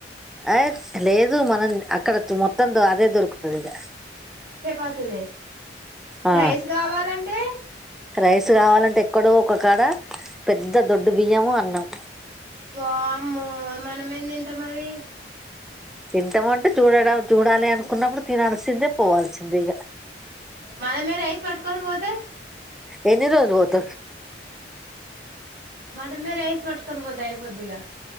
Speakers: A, in the centre; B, on the right.
A: అయి లేదు మనం అక్కడ మొత్తం అదే దొరుకుతది ఇగ
B: చేపాతినే ప్రైస్
A: ఆ
B: కావాలంటే
A: రైస్ కావాలంటే ఎక్కడో ఒక కాడ పెద్ద దొడ్డు బియ్యము అన్నం
B: వామ్మో మనమేం తింటం అది
A: తింటామంటే చూడడం చూడాలి అనుకున్నప్పుడు తినల్సిందే పోవాల్సిందే ఇగ
B: మనమే రైస్ పట్టుకొని పోతే
A: ఏన్ని రోజులు పోతవ్
B: మనమే రైస్ పట్టుకొని పోతే అయిపోద్దిగా